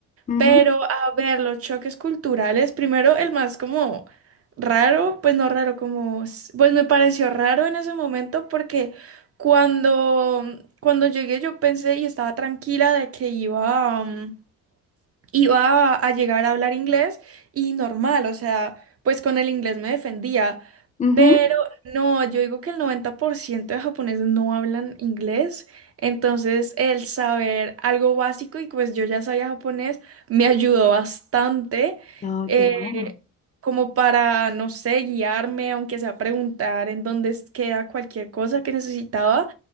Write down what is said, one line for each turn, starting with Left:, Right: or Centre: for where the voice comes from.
Left: Ujú,
Right: Pero a ver, los choques culturales, primero el más como raro, pues no raro, como, s- pues me pareció raro en ese momento porque cuando, cuando llegué yo pensé y estaba tranquila de que iba, mm, iba a llegar a hablar inglés y normal, o sea, pues con el inglés me defendía,
Left: ujú.
Right: pero no, yo digo que el 90% de japoneses no hablan inglés, entonces el saber algo básico y pues yo ya sabía japonés me ayudó bastante
Left: No,
Right: eh,
Left: qué bueno.
Right: como para, no sé, guiarme, aunque sea preguntar en dónde es- queda cualquier cosa que necesitaba.